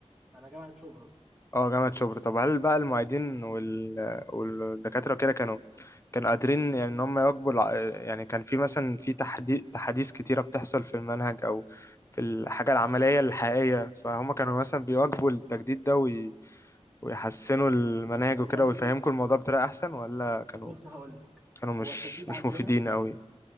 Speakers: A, in the centre; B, on the left.
A: انا جامعه شبرا
B: اه جامعة شبرا طب هل بقى المعيدين وال... والدكاترة وكده كانوا كانوا قادرين يعني ان هم يواكبوا الع... يعني كان في مثلا في تحدي... تحديث كتيرة بتحصل في المنهج او في الحاجة العملية الحقيقية فهم كانوا مثلا بيواكبوا التجديد ده وي... ويحسنوا المناهج
A: والله
B: وكده ويفهمكم الموضوع بطريقة احسن ولا كانوا
A: بص هقول لك
B: كانوا مش
A: هو التجديد
B: مش
A: عندنا
B: مفيدين قوي